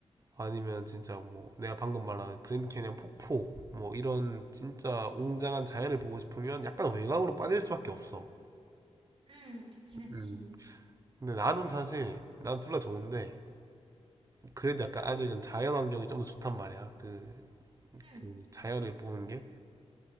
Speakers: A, on the right; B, on the right.
A: 아니면 진짜 뭐 내가 방금 말한 그랜드 캐니언 폭포, 뭐 이런 진짜 웅장한 자연을 보고 싶으면 약간 외곽으로 빠질 수밖에 없어.
B: 응, 그치, 그치.
A: 음. 근데 나는 사실 난 둘 다 좋은데 그래도 약간 아직은 자연 환경이 좀 더 좋단 말이야. 그,
B: 응,
A: 그 자연을 보는 게.